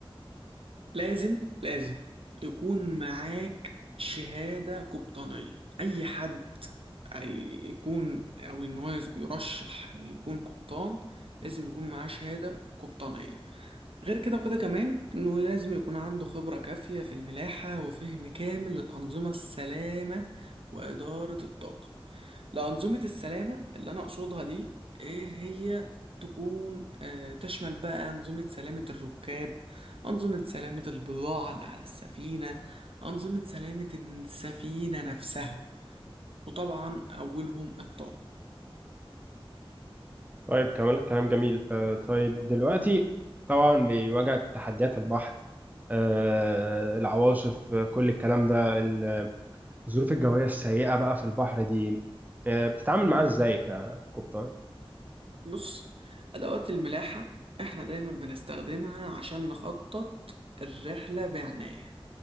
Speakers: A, on the right; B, on the right.
A: لازم لازم يكون معاك شهادة قبطانية اي حد أي- يكون او ان هو يرشح ان يكون قبطان لازم يكون معاه شهادة قبطانية غير كده وكده كمان انه لازم يكون عنده خبرة كافية في الملاحة وفهم كامل للأنظمة السلامة وإدارة الطاقم لأنظمة السلامة اللي أنا أقصدها دي إيه هي تكون آه، تشمل بقى أنظمة سلامة الركاب أنظمة سلامة البضاعة اللي على السفينة أنظمة سلامة السفينة نفسها وطبعا أولهم الطاقم
B: طيب كلام كلام جميل آه، طيب دلوقتي طبعا بيواجهك تحديات البحر آه، العواصف آه، كل الكلام ده ال- الظروف الجوية السيئة بقى في البحر دي آه، بتتعامل معاها ازاي ككوبتر؟
A: بص أدوات الملاحة إحنا دايما بنستخدمها عشان نخطط الرحلة بعناية